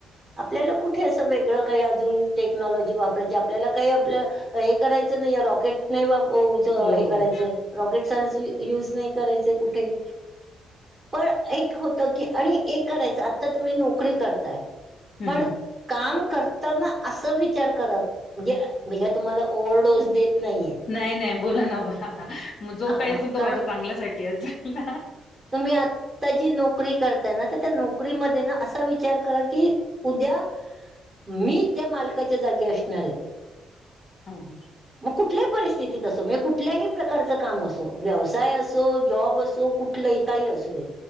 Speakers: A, on the right; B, on the left.
A: आपल्याला कुठे अस वेगळ काही अजून टेक्नॉलॉजी वापरायची आपल्याला काही आपल हे करायच नाही रॉकेट नाही हे
B: हो हो
A: रॉकेट युज नाही करायच कुठे पण एक होत की आणि एक करायच आता तुम्ही नोकरी करताय
B: हम्म
A: पण
B: हम्म
A: काम करताना अस विचार करा म्हणजे मी काय तूम्हाला ओव्हर डोस देत नाहीये.
B: नाही नाही बोला ना बोला मग जो
A: हा
B: काही असेल तो
A: कारण
B: माझ्या चांगल्यासाठी असेल.
A: तुम्ही आत्ता जी नोकरी करताय ना तर त्या नोकरीमध्ये ना असा विचार करा की उद्या मी त्या मालकाच्या जागी असणार आहे.
B: हम्म हम्म
A: मग कुठल्याही परिस्थितीत असो म्हणजे कुठल्याही प्रकारच काम असो, व्यवसाय असो, जॉब असो. कुठलही काही असू दे